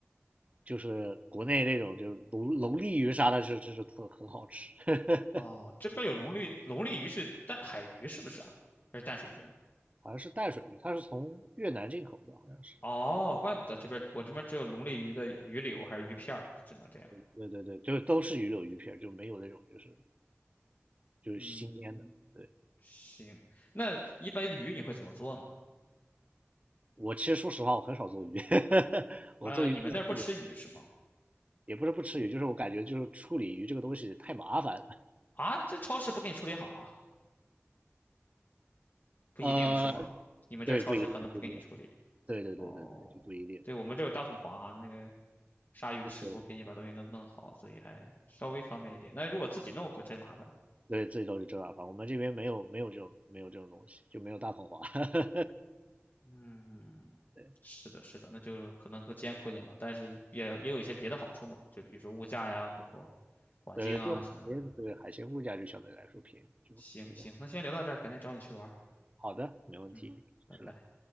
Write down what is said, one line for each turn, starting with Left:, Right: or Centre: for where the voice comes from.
Right: 就是国内那种就是龙龙利鱼啥的，是就是特很好吃，<laughs>
Left: 哦，这边有龙利龙利鱼是淡海鱼是不是啊？还是淡水鱼啊？
Right: 好像是淡水鱼，它是从越南进口的，好像是。
Left: 哦，怪不得这边我这边只有龙利鱼的鱼柳还是鱼片儿只能这样。
Right: 对对对，就都是鱼柳鱼片儿就没有那种就是就是新鲜的。
Left: 嗯，
Right: 对，
Left: 行，那一般的鱼你会怎么做呢？
Right: 我其实说实话，我很少做鱼，<laughs> 我做鱼做的特别，
Left: 呃，你们那儿不吃鱼是吗？
Right: 也不是不吃鱼，就是我感觉就是处理鱼这个东西太麻烦了。
Left: 啊，这超市不给你处理好啊？不一定是吗？
Right: 呃，
Left: 你们这儿超市可能不给你处理。
Right: 对，不一定，不一定，对对对对对，
Left: 哦，
Right: 就不一定。
Left: 对，我们这有大统华啊那个杀鱼的师傅给你把东西弄弄好，
Right: 对
Left: 所以还稍微方便一点。那如果自己弄可真麻烦。
Right: 对，最都是正大方。我们这边没有没有这种没有这种东西，就没有大统华。<laughs>
Left: 嗯，
Right: 对，
Left: 是的，是的，那就可能更艰苦一点吧，但是也也有一些别的好处嘛，就比如说物价呀，包括环境啊什么的。
Right: 呃，就嗯，对海鲜物价就相对来说便宜，就便宜。
Left: 行行，那先聊到这儿，改天找你去玩儿
Right: 好的，没问题，
Left: 嗯，
Right: 随时来，
Left: 拜拜。